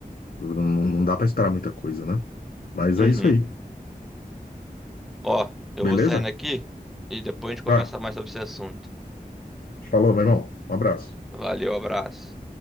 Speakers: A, on the left (about 65°); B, in the centre.
A: não, não dá para esperar muita coisa, né? Mas
B: Uhum.
A: é isso aí,
B: Ó, eu
A: beleza?
B: vou saindo aqui e depois a gente conversa
A: Tá,
B: mais sobre esse assunto.
A: falou, meu irmão, um abraço.
B: Valeu, abraço.